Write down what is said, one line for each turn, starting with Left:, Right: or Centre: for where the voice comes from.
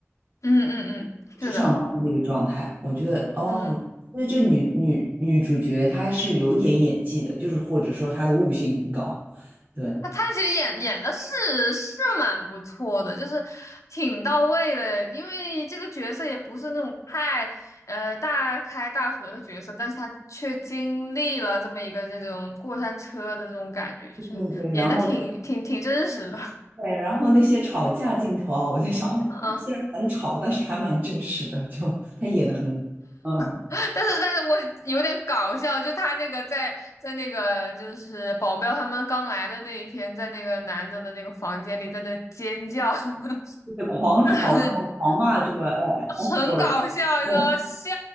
Left: 嗯嗯嗯，是的，
Right: 是上班的那个状态。我觉得，哦，
Left: 嗯。
Right: 因为这女女女主角她是有点演技的，就是或者说她的悟性很高。对
Left: 他他其实演演的是是蛮不错的，就是挺到位的，因为这个角色也不是那种太呃大开大合的角色，但是他却经历了这么一个这种过山车的这种感觉，就是演的挺挺挺真实的，
Right: 对对，然后对，然后那些吵架镜头啊，我在想，哦，
Left: 嗯，
Right: 虽然很吵，但是还蛮真实的，就她演的很，嗯，
Left: <laughs> 但是但是我有点搞笑，就他那个在在那个就是保镖他们刚来的那一天，在那个男的的那个房间里在那尖叫什么。
Right: 就是狂吵，
Left: <laughs>
Right: 然后狂骂这个哎 F
Left: 很搞笑，
Right: word。
Left: 你知道吗？
Right: 对
Left: 笑